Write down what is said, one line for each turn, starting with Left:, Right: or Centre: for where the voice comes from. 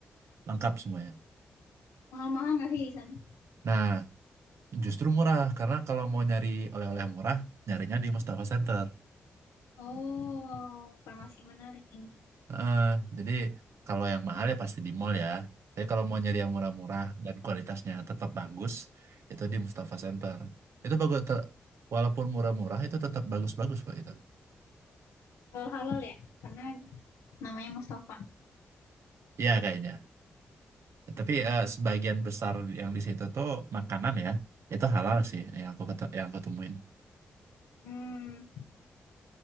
Right: lengkap semuanya.
Left: Mahal-mahal nggak sih di sana?
Right: Nah, justru murah karena kalau mau nyari oleh-oleh murah, nyarinya di Mustafa Center.
Left: Oh, informasi menarik ini.
Right: Heeh, jadi kalau yang mahal ya pasti di mall ya. Tapi kalau mau nyari yang murah-murah dan kualitasnya tetap bagus, itu di Mustafa Center. Itu bagus, te- walaupun murah-murah itu tetap bagus-bagus kok itu.
Left: Kalau halal ya? Karena namanya Mustafa.
Right: Iya kayaknya. Tapi eh, sebagian besar yang di situ tuh makanan ya, itu halal sih yang aku kete- yang aku temuin.
Left: Hmm.